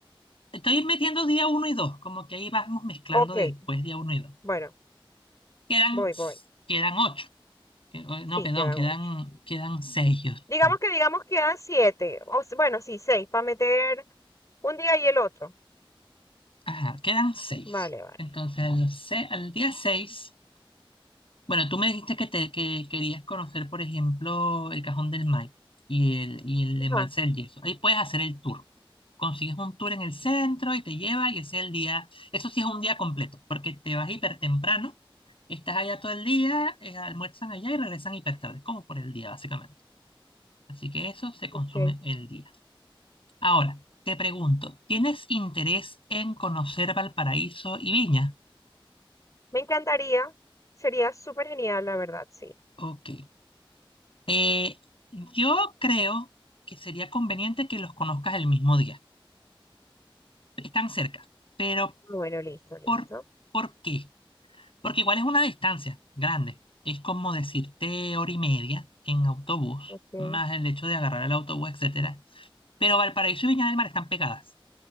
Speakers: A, on the left (about 75°); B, on the left (about 35°).
A: estoy metiendo día uno y dos, como que ahí vamos mezclando
B: Ok,
A: después día uno y dos.
B: bueno,
A: Quedan,
B: voy, voy.
A: quedan ocho. Que- o-
B: Sí,
A: No, perdón,
B: quedan
A: quedan,
B: ocho.
A: quedan seis. yo
B: Digamos
A: creo.
B: que, digamos, quedan siete. O, s- bueno, sí, seis, para meter un día y el otro.
A: Ajá, quedan seis.
B: Vale, vale.
A: Entonces, al, se- al día seis. Bueno, tú me dijiste que, te, que querías conocer, por ejemplo, el Cajón del Maipo y el, y el
B: Ajá,
A: embalse del Yeso. Ahí puedes hacer el tour. Consigues un tour en el centro y te lleva y ese es el día, eso sí es un día completo, porque te vas hiper temprano, estás allá todo el día, eh, almuerzan allá y regresan hiper tarde, como por el día básicamente. Así que eso se consume
B: ok.
A: el día. Ahora, te pregunto, ¿tienes interés en conocer Valparaíso y Viña?
B: Me encantaría. Sería súper genial, la verdad, sí.
A: Ok. Eh, yo creo que sería conveniente que los conozcas el mismo día. Están cerca, pero
B: Bueno, listo, listo.
A: ¿por, por qué? Porque igual es una distancia grande. Es como decirte hora y media en autobús,
B: Ok,
A: más el hecho de agarrar el autobús, etcétera. Pero Valparaíso y Viña del Mar están pegadas,